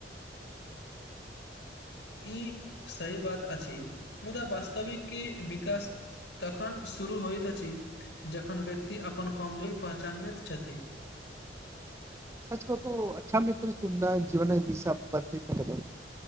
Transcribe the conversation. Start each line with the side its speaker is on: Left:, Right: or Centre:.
Left: ई सही बात अछि मुदा वास्तविक की विकास तखन शुरू होइत अछि जखन व्यक्ति अपन कमजोरी पहचानबैत छथि
Right: सच कहू तो अच्छा मित्र चुननै जीवनए दिशा बदेल सकै